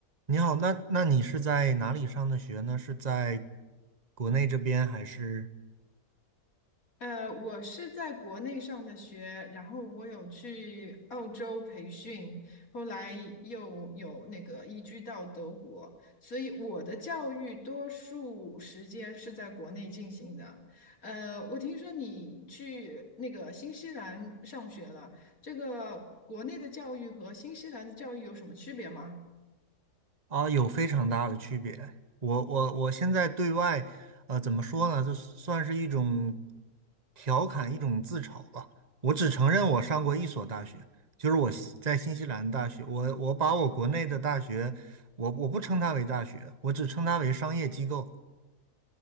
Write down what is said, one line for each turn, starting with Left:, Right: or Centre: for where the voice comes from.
Right: 你好，那那你是在哪里上的学呢？是在国内这边还是
Left: 呃，我是在国内上的学，然后我有去澳洲培训，后来又有那个移居到德国，所以我的教育多数时间是在国内进行的。呃，我听说你去那个新西兰上学了，这个国内的教育和新西兰的教育有什么区别吗？
Right: 啊？有非常大的区别。我我我现在对外，呃，怎么说呢？这算是一种调侃，一种自嘲吧。我只承认我上过一所大学，就是我西在新西兰大学。我我把我国内的大学，我我不称它为大学，我只称它为商业机构。